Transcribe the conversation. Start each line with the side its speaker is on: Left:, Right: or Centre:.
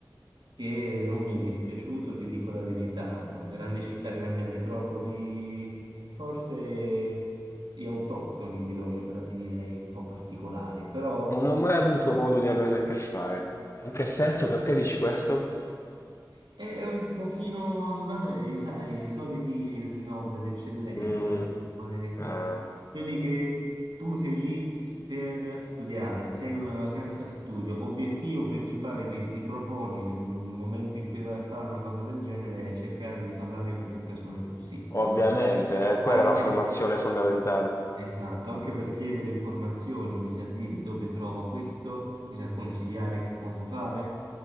Right: che non mi è dispiaciuto, ti dico la verità, è una grande città, grande metropoli, forse gli autoctoni di Londra, ti direi, un po' particolari, però...
Left: non ho mai avuto modo di averne a che fare. In che senso? Perché dici questo?
Right: È è un pochino, vabbè, sai, i soliti snob d'eccellenza,
Left: Mm,
Right: no? Come
Left: eh,
Right: Quelli che tu sei lì per studiare, sei in una vacanza studio. Obiettivo principale che ti proponi nel momento in cui vai a fare una cosa del genere è cercare di parlare con più persone possibili,
Left: ovviamente,
Right: no?
Left: eh, quella
Right: Anche
Left: è la formazione
Right: perché
Left: fondamentale.
Right: Esatto, anche per chiedere informazioni, mi sa dire dove trovo questo, mi sa consigliare che cosa fare.